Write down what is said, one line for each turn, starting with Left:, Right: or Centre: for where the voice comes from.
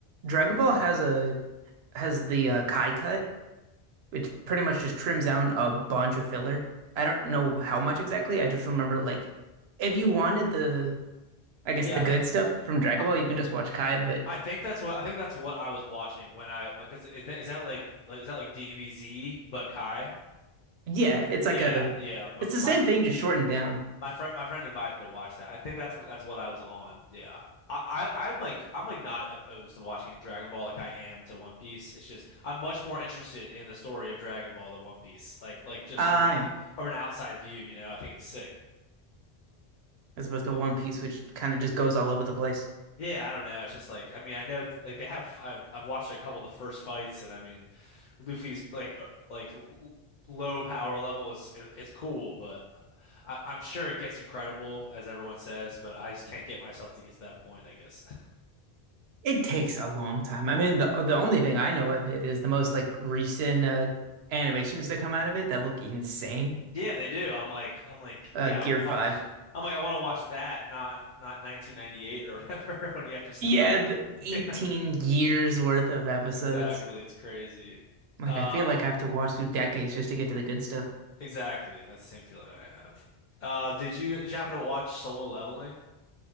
Right: Dragon Ball has a, has the uh, Kai cut, which pretty much just trims down a bunch of filler. I don't know how much exactly. I just remember like, if you wanted the, I guess
Left: Yeah,
Right: the
Left: I
Right: good
Left: think
Right: stuff from Dragon
Left: I,
Right: Ball, you can just watch Kai, but
Left: I think that's what I think that's what I was watching when I because is that is that like like is that like DBZ but Kai?
Right: Yeah, it's
Left: Yeah,
Right: like a,
Left: yeah. My,
Right: it's
Left: my
Right: the same thing, just shortened down.
Left: My friend, my friend advised me to watch that. I think that's what that's what I was on. Yeah, I, I I'm like I'm like not opposed to watching Dragon Ball like I am to One Piece. It's just I'm much more interested in the story of Dragon Ball than One Piece. Like like just
Right: Ah,
Left: from an
Right: yeah,
Left: o- from an outside view, you know, I think it's sick.
Right: as opposed to
Left: But
Right: One Piece, which kind of just goes all over the place.
Left: yeah, I don't know. It's just like I mean I know like they have I've, I've watched a couple of the first fights, and I mean Luffy's like uh, like l- low power level is it- it's cool, but I, I'm sure it gets incredible as everyone says, but I just can't get myself to get to that point, I guess. <laughs>
Right: It takes a long time. I mean, the the only thing I know of it is the most like recent uh, animations that come out of it that look insane.
Left: Yeah, they do. I'm like I'm like
Right: Uh,
Left: yeah,
Right: Gear
Left: I,
Right: Five.
Left: am <laughs> like I want to watch that, not not 1998 or whatever <laughs> when you have to start.
Right: Yeah, the
Left: <laughs>
Right: 18
Left: Yeah,
Right: years worth of episodes.
Left: exactly. It's crazy.
Right: Like,
Left: Um,
Right: I feel like I have to watch through decades just to get to the good stuff.
Left: exactly. That's the same feeling I have. Uh, did you did you happen to watch Solo Leveling?